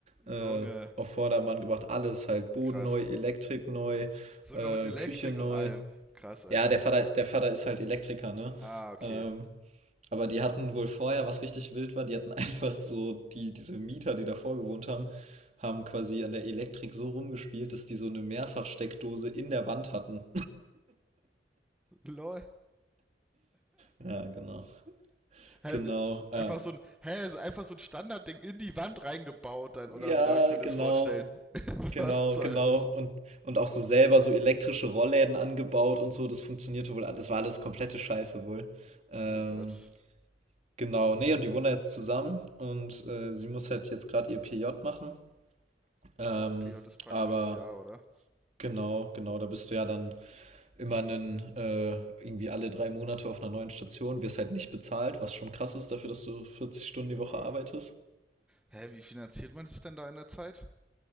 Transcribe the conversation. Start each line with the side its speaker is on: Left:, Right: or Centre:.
Right: äh,
Centre: Junge,
Right: auf Vordermann gebracht. Alles halt, Boden
Centre: krass.
Right: neu, Elektrik neu,
Centre: Sogar
Right: äh,
Centre: mit Elektrik
Right: Küche neu.
Centre: und allem. Krass, Alter.
Right: Ja, der Vater, der Vater ist halt Elektriker, ne?
Centre: Ah, okay.
Right: Ähm, aber die hatten wohl vorher, was richtig wild war, die hatten <laughs> einfach so, die, diese Mieter, die davor gewohnt haben, haben quasi an der Elektrik so rumgespielt, dass die so eine Mehrfachsteckdose in der Wand hatten.
Centre: Lol.
Right: Ja, genau.
Centre: Hä,
Right: Genau. Äh,
Centre: einfach so ein, hä, ist einfach so ein Standardding in die Wand reingebaut dann,
Right: ja,
Centre: oder wie darf ich mir
Right: genau.
Centre: das vorstellen? <laughs>
Right: Genau,
Centre: Was zur
Right: genau.
Centre: Hölle?
Right: Und, und auch so selber so elektrische Rollläden angebaut und so, das funktionierte wohl. Das war alles komplette Scheiße wohl. Ähm,
Centre: Oh Gott.
Right: genau. Nee, und die wohnen da jetzt zusammen und äh, sie muss halt jetzt gerade ihr PJ machen. Ähm,
Centre: PJ ist praktisches
Right: aber
Centre: Jahr, oder?
Right: genau, genau, da bist du ja dann immer einen, äh, irgendwie alle drei Monate auf einer neuen Station, wirst halt nicht bezahlt, was schon krass ist dafür, dass du 40 Stunden die Woche
Centre: Lol.
Right: arbeitest.
Centre: Hä, wie finanziert man sich denn da in der Zeit?